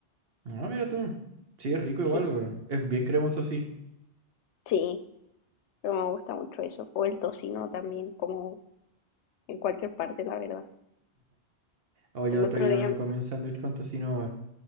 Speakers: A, on the right; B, on the left.
A: Ah, mira tú. Sí, es rico igual,
B: Sí,
A: weón. Es bien cremoso, sí.
B: sí, pero me gusta mucho eso. O el tocino también, como en cualquier parte, la verdad.
A: Oh, yo
B: El
A: el otro
B: otro
A: día
B: día,
A: me comí un sándwich con tocino, weón.